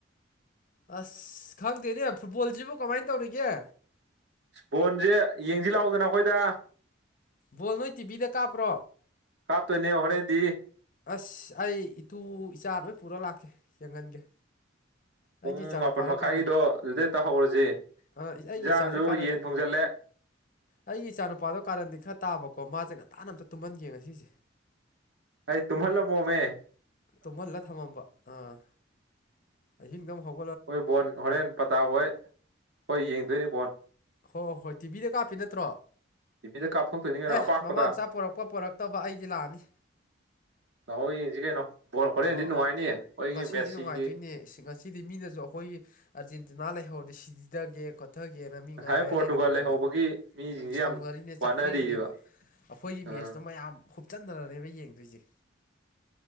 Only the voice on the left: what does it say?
ꯑꯁ ꯈꯪꯗꯦꯅꯦ ꯐꯨꯠꯕꯣꯜꯁꯤꯕꯨ ꯀꯃꯥꯏ ꯇꯧꯔꯤꯒꯦ
ꯕꯣꯜ ꯅꯣꯏ ꯇꯤꯚꯤꯗ ꯀꯥꯞꯄ꯭ꯔꯣ
ꯑꯁ ꯑꯩ ꯏꯇꯨ ꯏꯆꯥ ꯂꯣꯏ ꯄꯨꯔ ꯂꯥꯛꯀꯦ ꯌꯦꯡꯍꯟꯒꯦ
ꯑꯩꯒꯤ ꯏꯆꯥꯅꯨꯄꯥꯗꯣ
ꯀꯥꯔꯟ
ꯑꯥ ꯑꯩꯒꯤ
ꯏꯆꯥꯁꯦ ꯀꯥꯔꯟ
ꯑꯩꯒꯤ ꯏꯆꯥꯅꯨꯄꯥꯗꯣ ꯀꯥꯔꯟꯗꯤ ꯈꯔ ꯇꯥꯕꯀꯣ ꯃꯥꯁꯦ ꯉꯟꯇꯥꯅ ꯑꯝꯇ ꯇꯨꯝꯍꯟꯒꯦ ꯉ ꯁꯤꯁꯦ
ꯇꯨꯝꯍꯜꯂ ꯊꯝꯃꯝꯕ ꯑꯥ ꯑꯍꯤꯡꯗꯪ ꯍꯧ
ꯍꯣꯏ ꯍꯣꯏ ꯇꯤꯚꯤꯗ ꯀꯥꯞꯄꯤ ꯅꯠꯇ꯭ꯔꯣ
ꯑꯦ
ꯃꯃꯥ ꯃꯆꯥ ꯄꯣꯔꯛꯄ ꯄꯣꯔꯛꯇꯕ ꯑꯩꯗꯤ ꯂꯥꯛꯑꯅꯤ
ꯑꯣ
ꯉꯁꯤꯗꯤ
ꯅꯨꯡꯉꯥꯏꯗꯣꯏꯅꯦ ꯉꯁꯤꯗꯤ ꯃꯤꯅꯁꯨ ꯑꯩꯈꯣꯏꯒꯤ ꯑꯥꯔꯖꯦꯟꯇꯤꯅꯥ ꯂꯩꯍꯧꯔꯗꯤ <unintelligible> ꯊꯒꯦꯅ ꯃꯤ
ꯉꯥꯏ
ꯂꯩꯔꯝꯃꯗꯕꯅꯦ
ꯑꯗꯨꯝ
ꯁꯥꯎꯅꯔꯤꯅꯦ
ꯆꯥꯛꯅꯔꯤꯅꯦꯕ ꯑꯩꯈꯣꯏꯒꯤ
ꯃꯦꯠꯁꯇꯣ ꯃꯌꯥꯝ ꯍꯨꯞꯆꯟꯅꯔꯅꯦꯕ ꯌꯦꯡꯗꯣꯏꯁꯦ